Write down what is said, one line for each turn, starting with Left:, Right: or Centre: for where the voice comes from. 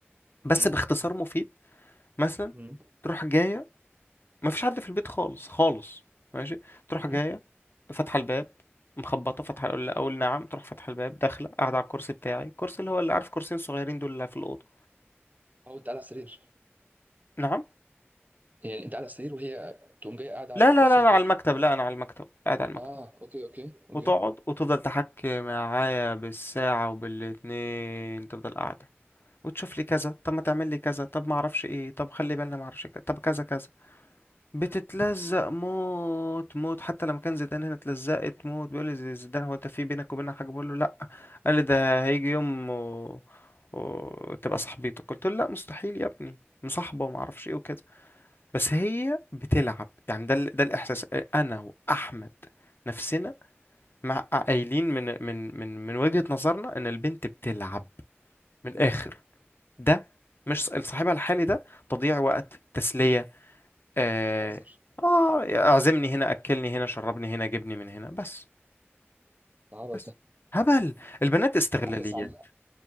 Left: بس
Right: امم
Left: باختصار مفيد مثلا
Right: امم
Left: تروح جايه ما فيش حد في البيت خالص خالص ماشي تروح
Right: امم
Left: جايه فاتحه الباب مخبطه فاتحه اقول اقول نعم تروح فاتحه الباب داخله قاعده على الكرسي بتاعي الكرسي اللي هو اللي عارف كرسيين صغيرين دول اللي في الاوضه
Right: او انت قاعد على السرير
Left: نعم
Right: يعني انت قاعد على السرير وهي تقوم جايه قاعده
Left: لا
Right: على الكرسيين
Left: لا لا انا على
Right: دول
Left: المكتب لا انا على المكتب قاعد على المكتب
Right: اه اوكي اوكي اوكي
Left: وتقعد وتفضل تحكي معايا بالساعه وبالاتنين تفضل قاعده وتشوف لي كذا طب ما تعمل لي كذا طب ما اعرفش ايه طب خلي بالنا ما اعرفش كذا طب كذا كذا بتتلزق موت موت حتى لما كان زيدان هنا اتلزقت موت بيقول لي زي- زيدان هو انت في بينك وبيننا حاجه بقول له لا قال لي ده هيجي يوم و... وتبقى صاحبتك قلت له لا مستحيل يا ابني مصاحبه وما اعرفش ايه وكده بس هي بتلعب يعني ده ال- ده الاحساس انا واحمد نفسنا مع قايلين من من من من وجهه نظرنا ان البنت بتلعب من الاخر ده مش ص- صاحبها الحالي ده تضييع وقت تسليه آه
Right: بتهزر
Left: آه اعزمني هنا أكلني هنا شربني هنا جبني من هنا بس
Right: ده عبط
Left: بس
Right: ده
Left: هبل البنات استغلاليات
Right: بس على